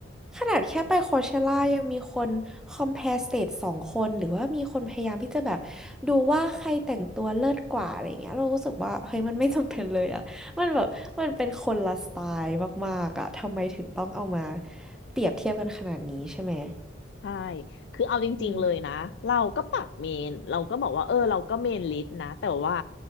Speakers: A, in the centre; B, on the left.
A: ขนาดแค่ไปโคเชล่ายังมีคนคอม p พ r e สเตทสองคนหรือว่ามีคนพยายามที่จะแบบดูว่าใครแต่งตัวเลิศกว่าอะไรเงี้ยเรารู้สึกว่าเฮ้ยมันไม่จำเป็นเลยอ่ะมันแบบมันเป็นคนละสไตล์มากๆอ่ะทำไมถึงต้องเอามาเปรียบเทียบกันขนาดนี้ใช่ไหม
B: ใช่คือเอาจริงๆเลยนะเราก็ปรับเมน
A: อืม
B: เราก็บอกว่าเออเราก็เมนลิสต์นะ แต่ว่า